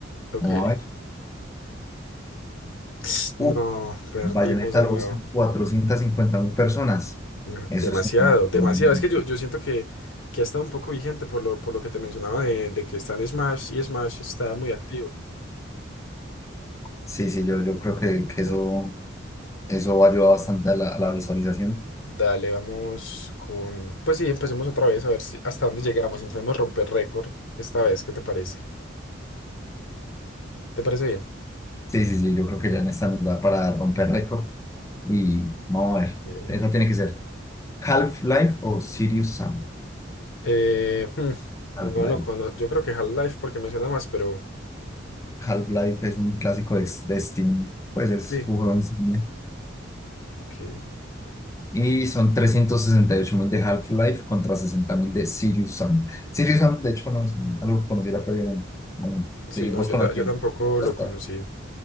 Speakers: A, on the left; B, on the left.
A: Ok.
B: Vamos a ver.
A: <sniffs>
B: Uh,
A: No, perdimos
B: Bayonetta
A: de
B: lo
A: nuevo.
B: buscan 450 mil personas.
A: No,
B: Eso
A: Demasiado,
B: es un montón
A: demasiado.
B: de gente.
A: Es que yo, yo siento que, que ha estado un poco vigente por lo, por lo que te mencionaba de, de que está en Smash y Smash está muy activo.
B: Sí, sí, yo, yo creo que, que eso,
A: Dale.
B: eso ayuda bastante a la, a la visualización.
A: Dale, vamos con... Pues sí, empecemos otra vez a ver si hasta dónde llegamos. Intentemos romper récord esta vez. ¿Qué te parece? ¿Te parece bien?
B: Sí, sí, sí, yo creo que ya en esta nos da para romper récord. Y vamos a
A: Ok.
B: ver. Esa tiene que ser. Half-Life o Serious Sam.
A: Eh, hmm, no
B: Half-Life.
A: lo conozco. Yo creo que Half-Life porque me suena más, pero
B: Half-Life es un clásico de, de Steam, pues es
A: sí.
B: su juego insignia.
A: Ok,
B: Y son trescientos sesenta y ocho mil de Half-Life contra sesenta mil de Serious Sam. Serious
A: bien.
B: Sam, de hecho, no es algo que conociera previamente. Bueno,
A: Sí,
B: seguís
A: no,
B: vos
A: yo,
B: conociendo.
A: ta- yo tampoco lo
B: Esa está,
A: conocí.